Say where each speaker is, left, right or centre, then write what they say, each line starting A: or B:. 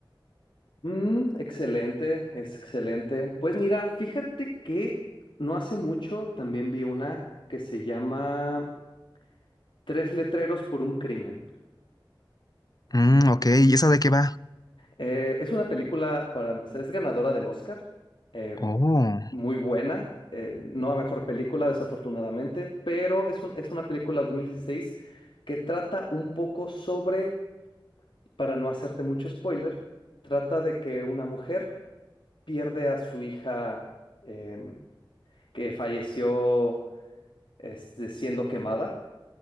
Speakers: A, on the left (about 80°); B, on the left (about 50°).
A: Mm, excelente, es excelente. Pues mira, fíjate que no hace mucho también vi una que se llama Tres letreros por un crimen.
B: Mm, ok, ¿y esa de qué va?
A: Eh, es una película, para empezar, es ganadora del Oscar, eh,
B: Oh,
A: muy buena, eh, no a mejor película desafortunadamente, pero es un- es una película de dieciséis que trata un poco sobre, para no hacerte mucho spoiler, trata de que una mujer pierde a su hija em, que falleció este, siendo quemada